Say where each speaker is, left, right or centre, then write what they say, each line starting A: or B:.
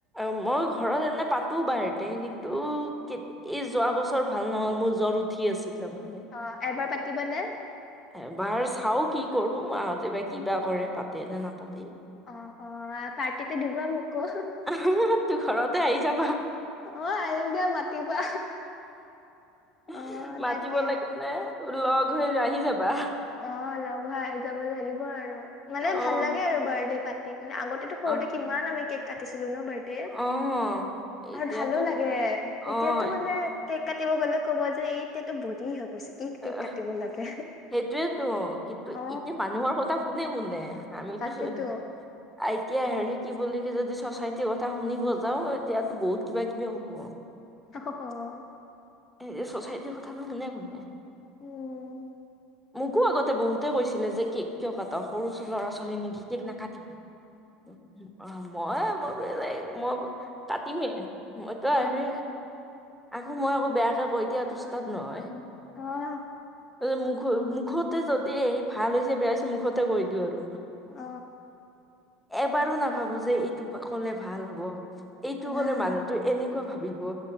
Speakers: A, in the centre; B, on the left.
A: আৰু মই ঘৰত এনে পাতো বাৰ্থদে, কিন্তু কে এই যোৱা বছৰ ভাল নহ'ল, মোৰ জ্বৰ উঠি আছিল তাৰমানে।
B: অ', এইবাৰ পাতিবানে?
A: এইবাৰ চাওঁ কি কৰে? মাহতে বা কি বা কৰে? পাতেই নে নাপাতে?
B: অ', অ', পাৰ্টিতো দিবা মোকো।
A: <unintelligible> তো ঘৰতেই আহি যাবা।
B: অঁ! আহিম দিয়া মাতিবা।
A: <unintelligible>
B: অ',
A: মাতিব
B: তাকে
A: লাগে নে লগ হৈ আহি যাবা।
B: অঁ! লগ হৈ আহি যাব লাগিব আৰু মানে
A: অ',
B: ভাল লাগে আৰু বাট বাৰ্থডে পাতি কিনে। আগতেটো সৰুতে
A: অ',
B: কিমান আমি কেক কাটিছিলো ন বাড দেত <unintelligible>
A: অ', এতিয়াতো
B: আৰু ভালো লাগে
A: অ',
B: এতিয়াতো মানে কেক কাটিব গ'লে ক'ব যে এই এতিয়াতো বুঢ়ী হৈ গৈছে। কি
A: <unintelligible>
B: কেক কাটিব লাগে
A: সেইটোৱেইতো কিন্তু
B: অ
A: এতিয়া মানুহৰ কথা কোনে শুনে? আমিতো
B: তাকেতো
A: চ <unintelligible> তিয়া হেৰি কি বুলি কি যদি চচাইটিৰ কথা শুনিব যাওঁ এতিয়াতো বহুত কিবাকিবি ক'ব।
B: অহ হহ <unintelligible>
A: এই চচাইটিৰ কথানো কোনে শুনে।
B: উম।
A: মোকো আগতে বহুতে কৈছিলে যে কেক কিয় কাট? সৰু ল'ৰা-ছোৱালী নেকি কেক নাকাটিবি। অ <unintelligible> মই-মই বেলেগ মই কাটিমেই মইতো
B: অ
A: আৰে আকৌ মই আকৌ বেয়াকে কৈ দিয়াত উষ্টাদ নহয়।
B: অহ।
A: তাৰপিছত মুখ-মুখতে যদি হেৰি ভাল হৈছে, বেয়া হৈছে মুখতে কৈ দিওঁ আৰু।
B: অ
A: এবাৰো নাভাবো যে এইটো ক'লে ভাল হ'ব। এইটো
B: উ
A: ক'লে মানুহটোৱে এনেকুৱা ভাবিব।